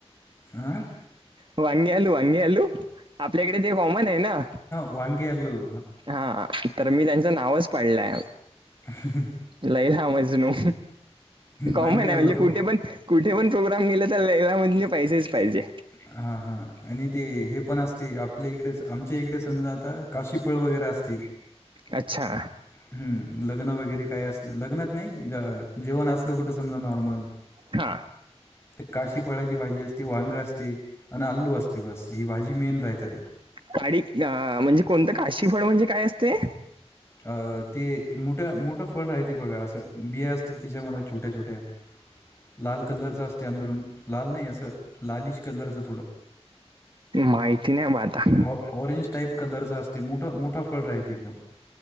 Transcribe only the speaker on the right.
वांगी आलू वांगी आलू आपल्याकडे ते कॉमन आहे ना
हा तर मी त्यांचं नावच पाडलंय
लई लामज नू कॉमन
आहे म्हणजे
कुठे पण कुठे पण प्रोग्राम गले तरला म्हणजे पैसेच पाहिजे
अच्छा
हा
काडी अ म्हणजे कोणतं काशी फळ म्हणजे काय असते
माहिती नाही बा आता